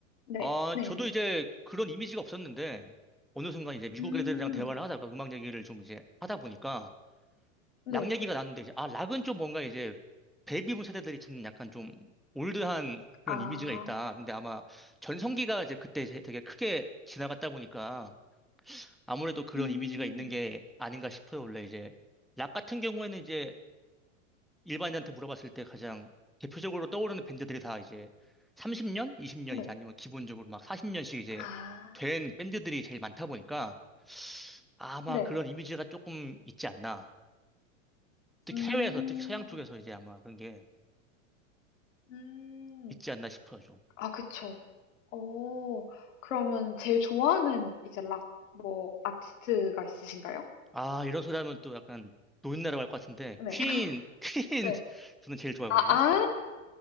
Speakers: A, on the left; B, in the centre.
A: 네,
B: 아,
A: 네,
B: 저도 이제 그런 이미지가 없었는데, 어느 순간 이제 미국
A: 음,
B: 애들이랑 대화를 하다가 음악 얘기를 좀 이제 하다 보니까,
A: 네,
B: 락 얘기가 나는데, 이제, 아, 락은 좀 뭔가 이제, 베이비붐 세대들이 듣는 약간 좀 올드한 그런
A: 아,
B: 이미지가 있다. 근데 아마 전성기가 이제 그때 제- 되게 크게 지나갔다 보니까, 아무래도 그런
A: 음.
B: 이미지가 있는 게 아닌가 싶어요. 원래 이제, 락 같은 경우에는 이제, 일반인한테 물어봤을 때 가장 대표적으로 떠오르는 밴드들이 다 이제 30년, 20년
A: 네.
B: 이제 아니면 기본적으로 막 40년씩 이제
A: 아.
B: 된 밴드들이 제일 많다 보니까 아마
A: 네.
B: 그런 이미지가 조금 있지 않나. 특히
A: 음.
B: 해외에서, 특히 서양 쪽에서 이제 아마 그런 게
A: 음.
B: 있지 않나 싶어요, 좀.
A: 아 그쵸. 오.. 그러면 제일 좋아하는 이제 락 뭐 아티스트가 있으신가요?
B: 아, 이런 소리 하면 또 약간 노인나라 할것 같은데,
A: 네.
B: 퀸,
A: <laughs>
B: <laughs> 퀸,
A: 네.
B: 저는 제일 좋아하거든요.
A: 아 아.